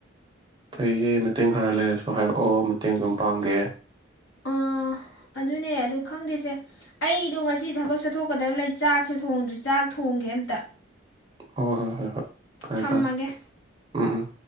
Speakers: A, on the right; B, on the left.
A: ꯐꯩꯌꯦ ꯃꯇꯦꯡ ꯈꯔ ꯂꯩꯔꯁꯨ ꯍꯥꯏꯔꯛꯑꯣ ꯃꯇꯦꯡ ꯑꯗꯨꯝ ꯄꯥꯡꯒꯦ
B: ꯑꯥ ꯑꯗꯨꯅꯦ ꯑꯩꯗꯣ ꯈꯪꯗꯦꯁꯦ ꯑꯩꯗꯣ ꯉꯁꯤꯗꯤ ꯊꯕꯛ ꯆꯠꯊꯣꯛꯀꯗꯕ ꯂꯩ ꯆꯥꯛꯁꯨ ꯊꯣꯡꯗ꯭ꯔꯤ ꯆꯥꯛ ꯊꯣꯡꯒꯦ ꯑꯝꯇ
A: ꯍꯣꯏ ꯍꯣꯏ ꯍꯣꯏ ꯍꯣꯏ ꯐꯔꯦ
B: ꯊꯝꯃꯒꯦ
A: ꯐꯔꯦ ꯎꯝ ꯎꯝ